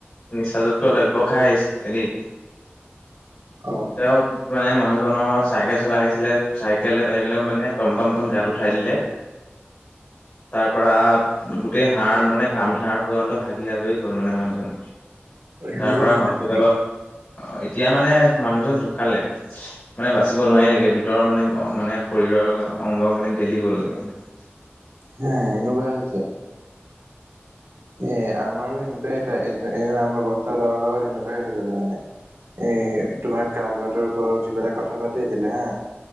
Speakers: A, on the left; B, on the right.
A: নিচাযুক্ত দ্ৰব্য খাই আহিছিলে দেই
B: অ',
A: তেওঁ মানে মানুহজনৰ চাইকেল চলাই আহিছিলে চাইকেলে তাইকেল মানে টমটম খন গাত উঠাই দিলে তাৰ পৰা গো গোটেই হাৰ মানে কামি হড় পৰ্যন্ত ভাগি আজৰি হল মানে মানুহজন
B: সেনেকুৱা
A: তাৰ পৰা
B: হৈছে
A: হস্পিতেলত
B: নেকি?
A: এতিয়া মানে মানুহজন ঢুকালে মানে বাচিব নোৱাৰিল লেগে ভিতৰৰ মানে মানে শৰীৰৰ অংগ মানে গেলি গ'লগে মানে <inaudible>
B: হে এনেকুৱা হৈছে এ আমাৰো সেনেকুৱাই এটা এ আমাৰ ব্বৰ্তাৰ লৰাৰ লগত সেনেকুৱাই হৈ হৈছিল মানে এ তোমাৰ কালভাৰটোৰ টোৰ ওপৰত উঠি পেলাই কথা পাতি আছিলে হা